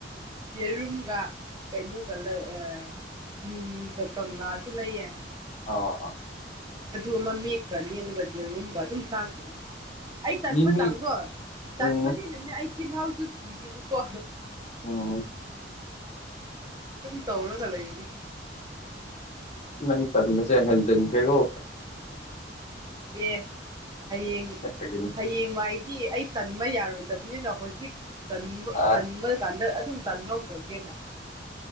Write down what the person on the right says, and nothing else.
ꯌꯦꯔꯝꯒ ꯀꯩꯩꯅꯣꯒꯂ ꯑ ꯃꯤꯃꯤꯗ ꯀꯪꯂꯥꯁꯨ ꯂꯩꯌꯦ
ꯑꯗꯨ ꯑꯃ ꯃꯦꯛꯈ꯭ꯔꯅꯤ ꯑꯗꯨꯒ ꯌꯦꯔꯨꯝꯒ ꯑꯗꯨꯝ ꯇꯥꯈ꯭ꯔꯅꯤ ꯑꯩ ꯇꯟꯕ
ꯆꯥꯡꯗꯣ ꯇꯟꯕꯅꯤꯅꯅꯦ
ꯑꯩ ꯇꯤꯜꯍꯥꯎꯁꯨ ꯊꯤꯗꯦꯕꯀꯣ
ꯑꯗꯨꯝ ꯇꯧꯔꯒ ꯂꯩꯕꯅꯤ
ꯑꯦ ꯍꯌꯦꯡ
ꯍꯌꯦꯡ ꯋꯥꯏ ꯑꯩ ꯇꯟꯕ ꯌꯥꯔꯣꯏꯗꯕꯅꯤꯅ ꯍꯧꯖꯤꯛ
ꯇꯟꯕ ꯀꯥꯟꯗ ꯑꯗꯨꯝ ꯇꯟꯍꯧꯗꯒꯦꯅ